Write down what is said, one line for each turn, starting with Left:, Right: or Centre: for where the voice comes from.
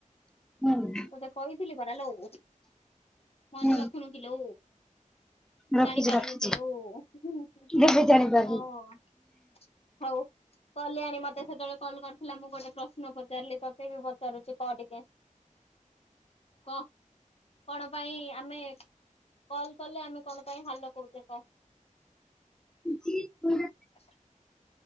Centre: ହୁଁ।
Left: ତତେ କହିଥିଲି ପରା ଲୋ, ମନେ
Centre: ହୁଁ।
Left: ରଖୁନୁ କିଲୋ?
Centre: ରଖିଛି
Left: ଜାଣିପାରୁନୁ
Centre: ରଖିଛି
Left: କିଲୋ, ହୁଁ, ହୁଁ, ହୁଁ,
Centre: ଏବେ ଜାଣିପାରିଲି।
Left: ହଁ, ହଉ। କଲ୍ୟାଣୀ ମତେ ସେତେବେଳେ କଲ୍ କରିଥିଲା ମୁଁ ଗୋଟେ ପ୍ରଶ୍ନ ପଚାରିଲି, ତୋତେ ବି ପଚାରୁଛିି କହ ଟିକେ। କହ? କଣ ପାଇଁ ଆମେ କଲ୍ କଲେ ଆମେ କଣ ପାଇଁ ହାଲୋ କହୁଛେ କହ?
Centre: ଯିଏ ଯାହା
Left: ଆ <inaudible>